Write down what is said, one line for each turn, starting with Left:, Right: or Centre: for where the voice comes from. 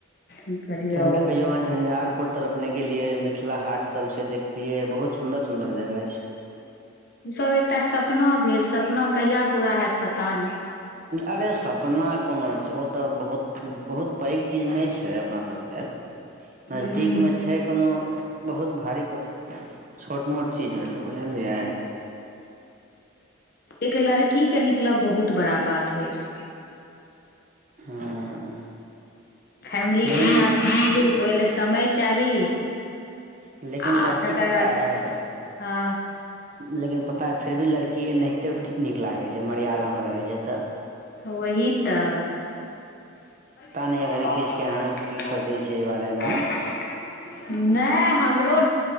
Left: कहलियै
Right: तहन
Left: ओ
Right: तऽ कहियो अहाँ झंझारपुर तरफ नहि गेलियै। मिथिला हाट सभ छै। देखतियै बहुत स सुन्दर सुन्दर जगा छै।
Left: ओसभ एकटा सपना भेल सपना कहिया पूरा होयत पता नहि।
Right: अरे सपना कोनो छै। ओ तऽ बहुत बहुत पैघ चीज नहि छै। अपना सभ लेल नजदीकमे
Left: हूँ
Right: छै कोनो बहुत भारीथ काथि, छोट मोट चीज भेलै, बुझलियै?
Left: एक लड़की के निकलब बहुत बड़ा बात होइ छै।
Right: हँ।
Left: फैमिलीके
Right: लेकिन
Left: साथ निकलू तऽ ओहि लेल समय चाही।
Right: लेकिन
Left: आ
Right: लड़की
Left: तकर
Right: पता
Left: बाद
Right: आइ
Left: हँ
Right: लेकिन पता फिर भी लड़की एनाहिते नीक लागे छै मर्यादा मे रहै छै तऽ।
Left: वही तऽ। आ पता
Right: नहि अगर ई चीज
Left: नै
Right: के अहाँ की सोचै
Left: अखन
Right: छियै एहि बारे मे
Left: ह नहि हमरो।